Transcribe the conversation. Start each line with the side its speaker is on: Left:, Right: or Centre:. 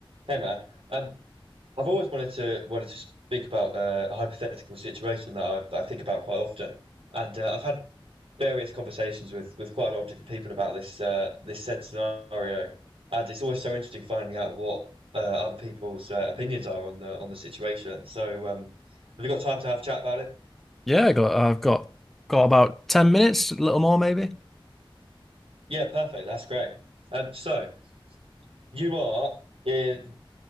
Right: Hey man, um, I've always wanted to wanted to speak about uh, a hypothetical situation that I, that I think about quite often, and uh, I've had various conversations with with quite a lot of different people about this uh, this said scenario, and it's always so interesting finding out what uh, other people's uh, opinions are on the on the situation. So, um, have you got time to have a chat about it?
Centre: Yeah, I got I've got got about 10 minutes, a little more maybe.
Right: Yeah, perfect. That's great. Um, so you are in.